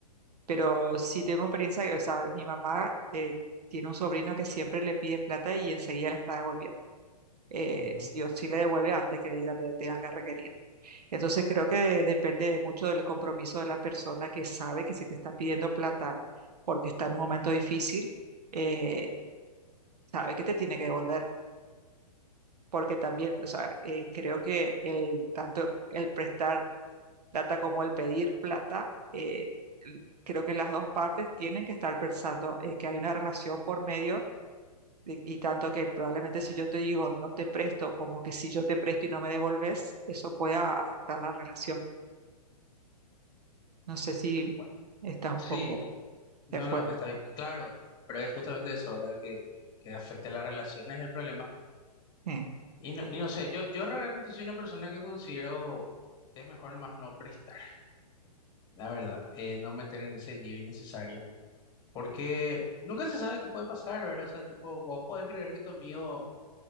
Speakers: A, on the right (about 75°); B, on the left (about 20°).
A: pero sí tengo experiencia, o sea, mi mamá eh, tiene un sobrino que siempre le pide plata y enseguida le está devolviendo. Eh,
B: Ujú.
A: sí o sí le devuelve antes que ella le tenga que requerir. Entonces creo que depende mucho del compromiso de la persona que sabe que si te está pidiendo plata porque está en un momento difícil, eh, sabe que te tiene que devolver. Porque también, o sea, eh, creo que el tanto el prestar plata como el pedir plata, eh, l- creo que las dos partes tienen que estar pensando eh, que hay una relación por medio de- y tanto que probablemente si yo te digo no te presto, como que si yo te presto y no me devolves, eso pueda afectar la relación. No sé si
B: Bueno,
A: estás un
B: sí,
A: poco
B: no,
A: de acuerdo
B: no, está
A: o no.
B: bien. Y claro, pero es justamente eso, ¿verdad? Que, que afecta a las relaciones el problema.
A: Eh,
B: Y no, y no sé, yo, yo realmente soy una persona que considero que es mejor nomás no prestar, la verdad, eh, no meter en ese lío innecesario. Porque nunca se sabe qué puede pasar, ¿verdad? O sea, tipo, vos podés creer que tu amigo, o